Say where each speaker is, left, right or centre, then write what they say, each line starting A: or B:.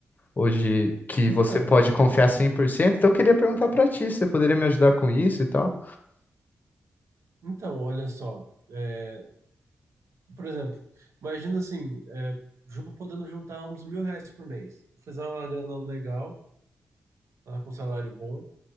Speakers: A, on the left; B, on the right.
A: hoje que
B: Então,
A: você pode confiar cem por cento então eu queria perguntar pra ti, você poderia me ajudar com isso e tal?
B: então, olha só. é, Por exemplo, imagina assim, é, jun- podendo juntar uns mil reais por mês. Fazer uma grana legal, tá, com salário bom,